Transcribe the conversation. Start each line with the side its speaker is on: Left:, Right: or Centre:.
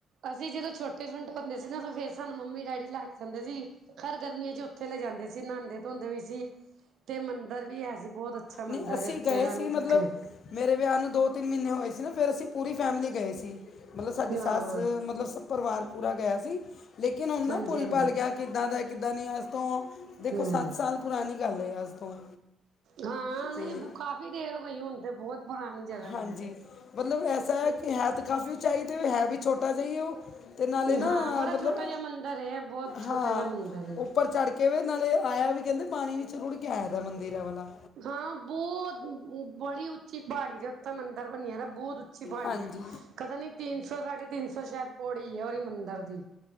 Right: ਅਸੀਂ ਜਦੋਂ ਛੋਟੇ-ਛੋਟੇ ਹੁੰਦੇ ਸੀ ਨਾ ਤਾਂ ਫੇਰ ਸਾਨੂੰ ਮੰਮੀ-ਡੈਡੀ ਲੈ ਜਾਂਦੇ ਸੀ ਹਰ ਗਰਮੀਆਂ ਚ ਓਥੇ ਲਜਾਂਦੇ ਸੀ ਨਾਦੇ-ਧੋਂਦੇ ਵੀ ਸੀ ਤੇ ਮੰਦਰ ਵੀ ਐ ਸੀ ਬੋਹਤ ਅੱਛਾ
Left: ਨਹੀਂ
Right: ਮੰਦਰ
Left: ਅਸੀਂ
Right: ਏ ਓੱਥੇ
Left: ਗਏ
Right: ਦਾ
Left: ਸੀ ਮਤਲਬ
Right: ਇੱਕ
Left: ਮੇਰੇ ਵਿਆਹ ਨੂੰ ਦੋ-ਤਿੰਨ ਮੀਨੇ ਹੋਏ ਸੀ ਨਾ ਫੇਰ ਅਸੀਂ ਪੂਰੀ ਫੈਮਿਲੀ ਗਏ ਸੀ। ਮਤਲਬ ਸਾਡੀ ਸੱਸ
Right: ਹਾਂ।
Left: ਮਤਲਬ ਸ ਪਰਿਵਾਰ ਪੂਰਾ ਗਯਾ ਸੀ ਲੇਕਿਨ ਹੁਣ ਨਾ
Right: ਹਾਂਜੀ-ਹਾਂਜੀ
Left: ਪੁੱਲ-ਪੱਲ ਗਯਾ ਕਿੱਦਾਂ ਦਾ ਐ ਕਿੱਦਾਂ ਦਾ ਨੀ ਅੱਜ ਤੋਂ ਦੇਖੋ
Right: ਹੂੰ
Left: ਸੱਤ ਸਾਲ ਪੁਰਾਣੀ ਗੱਲ ਏ ਅੱਜ ਤੋਂ
Right: ਹਾਂ
Left: ਤੇ
Right: ਨਈ ਕਾਫ਼ੀ ਦੇਰ ਹੋਈ ਹੁਣ ਤੇ ਬੋਹਤ ਪੁਰਾਣੀ ਜਗ੍ਹਾ ਹੈਗੀ
Left: ਹਾਂਜੀ
Right: ਏ।
Left: ਮਤਲਬ ਐਸਾ ਐ ਕਿ ਹੈ ਤਾਂ ਕਾਫੀ ਉਚਾਈ ਤੇ ਹੈ ਵੀ ਛੋਟਾ ਜਾ ਈ ਏ ਓ ਤੇ ਨਾਲੇ ਨਾ
Right: ਹਾਂ ਬੜਾ
Left: ਮਤਲਬ
Right: ਛੋਟਾ ਜਿਹਾ ਮੰਦਿਰ ਹੈ ਬਹੁਤ ਛੋਟਾ
Left: ਹਾਂ
Right: ਜਿਹਾ ਮੰਦਿਰ ਹੈ।
Left: ਉਪਰ ਚੜ੍ਹ ਕੇ ਵੇ ਨਾਲੇ ਆਯਾ ਵੀ ਕੈਂਦੇ ਪਾਨੀ ਵਿੱਚ ਰੁੜ ਕੇ ਆਯਾ ਦਾ ਮੰਦਿਰ ਐ ਵਾਲਾ।
Right: ਹਾਂ ਬੋਤ ਬੜੀ ਉੱਚੀ ਪਾੜੀ ਦੇ ਉੱਤੇ ਮੰਦਿਰ ਬਣਿਆ ਦਾ ਬੋਤ ਉਂ ਚੀ ਪਾੜੀ
Left: ਹਾਂਜੀ
Right: ਏ ਪਤਾ ਨੀ ਤਿੰਨ ਸੌ-ਸਾਢੇ ਤਿੰਨ ਸੌ ਸੈ਼ਦ ਪੌੜੀ ਐ ਓਰੀ ਮੰਦਰ ਦੀ,